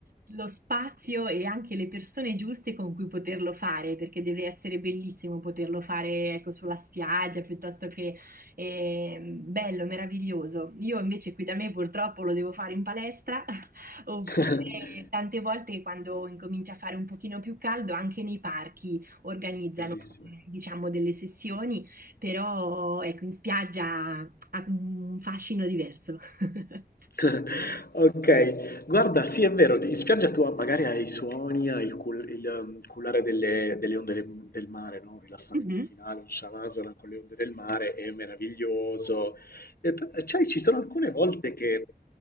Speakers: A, on the right (about 65°); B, on the left (about 70°).
A: lo spazio e anche le persone giuste con cui poterlo fare, perché deve essere bellissimo poterlo fare, ecco, sulla spiaggia piuttosto che eh, bello, meraviglioso. Io invece qui da me purtroppo lo devo fare in palestra, <laughs> oppure
B: <laughs>
A: tante volte quando incomincia a fare un pochino più caldo, anche nei parchi organizzano,
B: Bellissimo.
A: diciamo, delle sessioni, però ecco, in spiaggia ha un fascino diverso. <laughs>
B: <laughs> Okay, guarda sì è vero, d in spiaggia tu magari hai i suoni, hai il cul il mhmm, cullare delle delle onde de del mare, no, un rilassamento
A: Mhm,
B: finale, un shavasana con le onde del mare è meraviglioso. E p sai ci sono alcune volte che